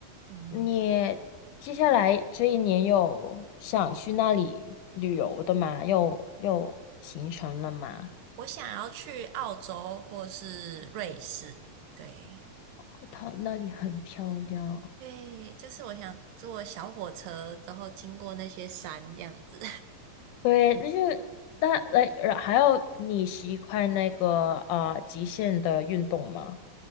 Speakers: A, on the right (about 80°); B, on the left (about 75°).
A: 嗯，
B: 你接下来这一年有想去那里旅游的吗？有有行程了吗？
A: 我想要去澳洲或是瑞士。对，
B: 哦，它那里很漂亮。
A: 对，就是我想坐小火车，然后经过那些山这样子，
B: 对，那就是但来，呃还有你习惯那个呃极限的运动吗？